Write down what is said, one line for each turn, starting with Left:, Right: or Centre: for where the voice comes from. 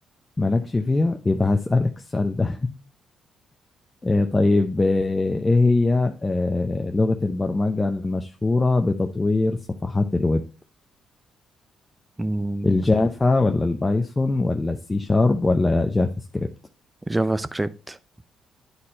Left: مالكش فيها يبقى <laughs> هسألك السؤال ده آه، طيب آه، ايه هي آه، لغة البرمجة المشهورة بتطوير صفحات الويب
Right: مم،
Left: الجافا ولا البايثون ولا السي شارب ولا جافا سكريبت
Right: جافا سكريبت